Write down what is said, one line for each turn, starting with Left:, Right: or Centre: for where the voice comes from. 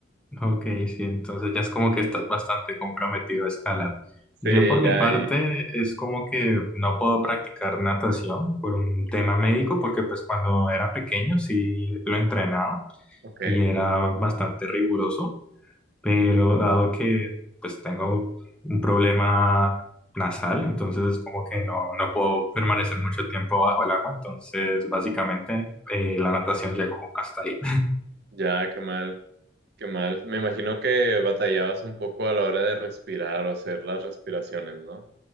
Centre: Ok, sí, entonces ya es como que estás bastante comprometido a escalar.
Right: Sí,
Centre: Yo por mi
Right: ya,
Centre: parte
Right: y,
Centre: es como que no puedo practicar natación por un tema médico porque pues cuando era pequeño sí lo entrenaba
Right: ok,
Centre: y era bastante riguroso, pero dado que pues tengo un problema nasal, entonces es como que no, no puedo permanecer mucho tiempo bajo el agua, entonces básicamente eh, la natación llegó hasta ahí.
Right: ya, qué mal, qué mal. Me imagino que batallabas un poco a la hora de respirar o hacer las respiraciones, ¿no?